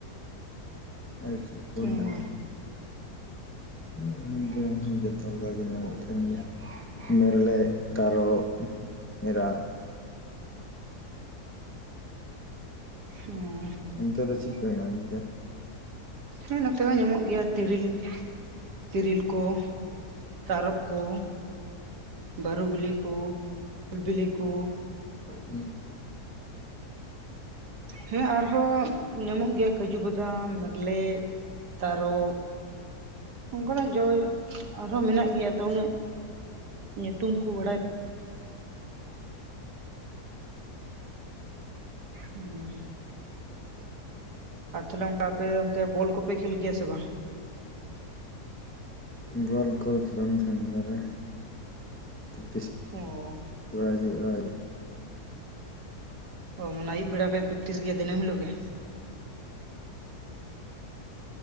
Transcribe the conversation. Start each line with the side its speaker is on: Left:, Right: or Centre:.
Left: ᱟᱨ ᱪᱮᱜ ᱠᱚ
Right: ᱦᱩᱸ
Left: ᱦᱮᱱᱟᱜᱼᱟ ᱦᱮᱸ <unintelligible> ᱡᱚᱛᱚ ᱞᱮᱠᱟ ᱜᱮ ᱧᱟᱢᱚᱜ ᱠᱟᱱ ᱜᱮᱭᱟ ᱢᱮᱞᱮᱜ ᱛᱟᱨᱚᱵᱽ ᱢᱮᱨᱟᱜ
Right: ᱦᱳᱭ
Left: ᱚᱱᱛᱮ ᱫᱚ ᱪᱤᱜ ᱠᱚ ᱦᱮᱱᱟᱜᱼᱟ ᱚᱱᱛᱮ
Right: ᱦᱮᱸ ᱱᱚᱛᱮ ᱦᱚᱸ ᱧᱟᱢᱚᱜ ᱜᱮᱭᱟ ᱛᱤᱨᱤᱞ ᱛᱤᱨᱤᱞ ᱠᱚ ᱛᱟᱨᱚᱵᱽ ᱠᱚ ᱵᱟᱨᱩ ᱵᱤᱞᱤ ᱠᱚ ᱩᱞ ᱵᱤᱞᱤ ᱠᱚ
Left: ᱦᱮᱸ
Right: ᱦᱮᱸ ᱟᱨᱦᱚᱸ ᱧᱟᱢᱚᱜ ᱜᱮᱭᱟ ᱠᱟᱹᱡᱩ ᱵᱟᱫᱟᱢ ᱢᱮᱨᱞᱮᱜ ᱛᱟᱨᱚᱵ ᱚᱝᱠᱟᱱᱟᱜ ᱡᱚ ᱟᱨᱦᱚᱸ ᱢᱮᱱᱟᱜ ᱜᱮᱭᱟᱫᱚ ᱩᱱᱟᱹᱜ ᱧᱩᱛᱩᱢ ᱠᱚ ᱵᱟᱲᱟᱭ ᱦᱩᱸ ᱟᱨ ᱛᱟᱦᱚᱞᱮ ᱚᱝᱠᱟ ᱟᱯᱮ ᱚᱱᱛᱮ ᱵᱚᱞ ᱠᱚᱯᱮ ᱠᱷᱮᱞ ᱜᱮᱭᱟ ᱥᱮ ᱵᱟᱝ
Left: ᱵᱚᱞ ᱠᱚ ᱠᱷᱮᱞᱚᱱ ᱛᱟᱦᱮᱱ ᱜᱮᱭᱟ ᱞᱮ ᱛᱤᱥ
Right: ᱚᱸ
Left: ᱯᱨᱟᱭ ᱦᱩᱭᱩᱜᱼᱟ <unintelligible>
Right: ᱚᱸ ᱢᱟᱱᱮ ᱟᱭᱩᱵ ᱵᱮᱲᱟ ᱯᱮ ᱯᱤᱠᱴᱤᱥ ᱜᱮᱭᱟ ᱫᱤᱱᱟᱹᱢ ᱦᱤᱞᱳᱜ ᱜᱮ